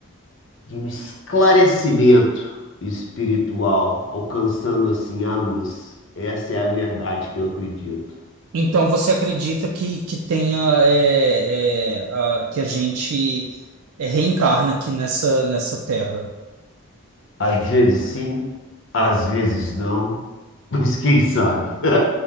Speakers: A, on the left; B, on the right.
A: de um esclarecimento espiritual, alcançando assim a luz. Essa é a verdade que eu acredito.
B: Então você acredita que, que tenha é, é, a- que a gente é, reencarna aqui nessa, nessa terra?
A: Às vezes sim, às vezes não, <laughs> mas quem sabe?